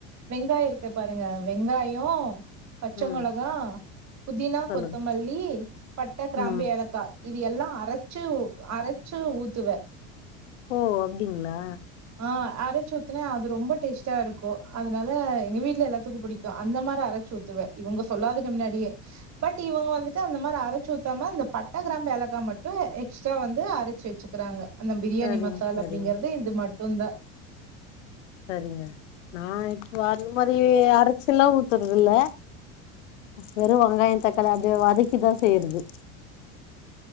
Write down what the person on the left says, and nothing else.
ம்
சொல்லுங்க
ம்
ஓ அப்டிங்களா
சரிங்க
சரிங்க
சரிங்க நா இப்போ அது மாரி அரைச்சிலா ஊத்துறதில்ல வெறு வெங்காய தக்காளி அப்டியே வதக்கி தா செய்யிறது